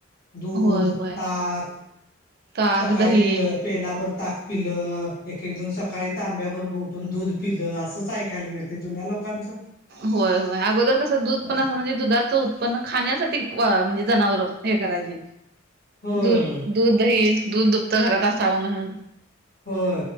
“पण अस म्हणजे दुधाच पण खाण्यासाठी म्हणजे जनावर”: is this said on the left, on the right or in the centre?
Right